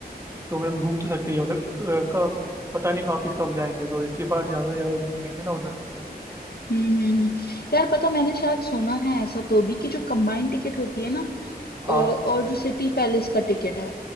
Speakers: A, on the right; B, on the left.
A: तो मतलब घूम तो सकते ही हैं। मतलब क- का पता नहीं वापस कब जाएंगे तो इसी बार ज्यादा से ज्यादा घूम लेंगे ना उधर
B: हम्म हम्म हम्म। यार पता मैंने शायद सुना है ऐसा तो भी कि जो कंबाइंड टिकट होती है ना
A: हाँ
B: अ, और जो सिटी पैलेस का टिकट है